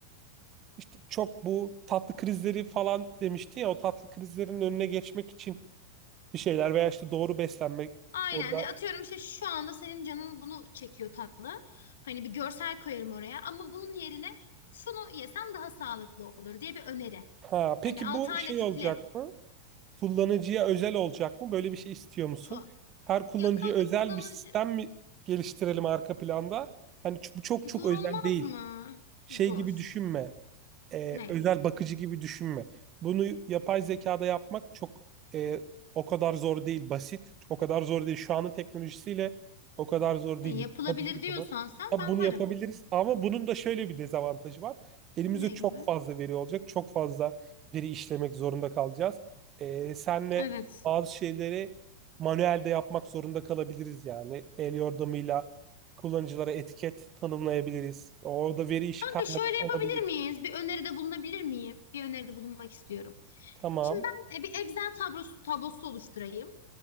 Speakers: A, on the right (about 30°); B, on the left (about 60°).
A: işte çok bu tatlı krizleri falan demişti ya o tatlı krizlerin önüne geçmek için bir şeyler veya işte doğru beslenmek
B: Aynen.
A: orada.
B: E, Atıyorum işte şu anda senin canın bunu çekiyor tatlı. Hani bir görsel koyarım oraya ama bunun yerine şunu yesen daha sağlıklı olur diye bir öneri.
A: Ha,
B: Hani
A: peki
B: alternatifli.
A: bu şey olacak mı? kullanıcıya özel olacak mı? Böyle bir şey istiyor musun?
B: To.
A: Her kullanıcıya
B: Ya kanka
A: özel
B: kullanıcı
A: bir sistem mi geliştirelim arka planda? Hani ç- bu çok çok
B: Zor
A: özel
B: olmaz
A: değil.
B: mı?
A: Şey
B: Zor.
A: gibi düşünme e,
B: Ne?
A: özel bakıcı gibi düşünme. Bunu yapay zekada yapmak çok e, o kadar zor değil, basit. O kadar zor değil. Şu anın teknolojisiyle o kadar zor
B: Ne
A: değil.
B: yapılabilir
A: Yapabilir
B: diyorsan
A: bunu.
B: sen
A: Ya
B: ben
A: bunu
B: varım.
A: yapabiliriz ama bunun da şöyle bir dezavantajı var. Elimizde
B: Ne
A: çok
B: gibi?
A: fazla veri olacak. Çok fazla veri işlemek zorunda kalacağız. E, senle
B: Evet.
A: bazı şeyleri manuelde yapmak zorunda kalabiliriz yani. El yordamıyla kullanıcılara etiket tanımlayabiliriz. Orada veri işi
B: Kanka
A: karmaşık
B: şöyle
A: olabilir.
B: yapabilir miyiz? Bir öneride bulunabilir miyim? Bir öneride bulunmak istiyorum.
A: Tamam.
B: Şimdi ben e, bir Excel tablosu, tablosu oluşturayım.